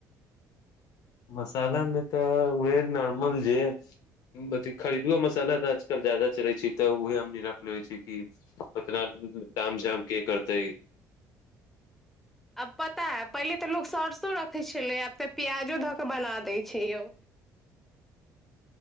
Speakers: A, on the left; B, in the centre.
A: मसालामे तऽ उह नॉर्मल जे अथ खरीदओ मसाला तऽ आजकल ज्यादा चलै छै तऽ उहे हमनी रखलेै छी कि उतना ताम जाम के करतै
B: आब पता है पहिले तऽ लोक सरसो रखै छलै आब तऽ पियाजो धऽ कऽ बना दै छै यौ